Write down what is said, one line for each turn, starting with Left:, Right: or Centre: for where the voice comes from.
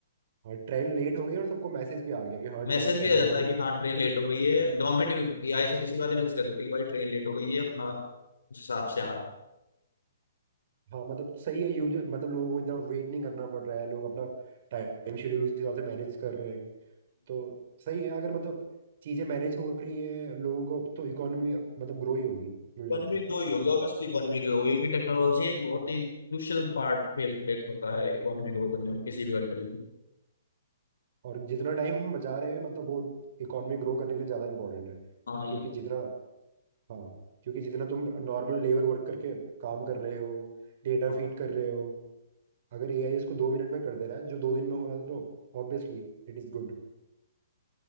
Right: हाँ ट्रेन लेट हो गई और सबको मैसेज भी आ गया कि हाँ
Left: मैसेज
Right: भाई ट्रेन
Left: भी आ जाता
Right: लेट होने
Left: है कि हाँ
Right: वाली
Left: ट्रेन लेट हो गई है
Right: है।
Left: गवर्नमेंट आईआरसीटीसी वाले मैसेज कर देते हैं कि भाई ट्रेन लेट हो गई है अपना उस हिसाब से आना।
Right: हाँ मतलब सही है यूजर मतलब लोगों को इतना वेट नहीं करना पड़ रहा है लोग अपना टाइम शेड्यूल उस हिसाब से मैनेज कर रहे हैं तो सही है अगर मतलब चीज़ें मैनेज हो रही हैं लोगों को तो इकोनॉमी मतलब ग्रो ही होगी मुझे
Left: इकोनॉमिक
Right: लगता है
Left: ग्रो ही होगी ऑब्वियसली इकोनॉमिक ग्रो होगी क्योंकि टेक्नोलॉजी एक बहुत ही क्रूशियल पार्ट प्ले होता है इकोनॉमी ग्रो करने में किसी भी कंट्री की
Right: और जितना टाइम हम बचा रहे हैं मतलब वो इकोनॉमी ग्रो करने के लिए ज़्यादा इंपॉर्टेंट है
Left: हाँ ये
Right: क्योंकि
Left: तो
Right: जितना हाँ क्योंकि जितना तुम नॉर्मल लेबर वर्क करके काम कर रहे हो डेटा
Left: हाँ।
Right: फीड कर रहे हो अगर एआई इसको दो मिनट में कर दे रहा है जो दो दिन में हो रहा था तो ऑब्वियसली इट इज़ गुड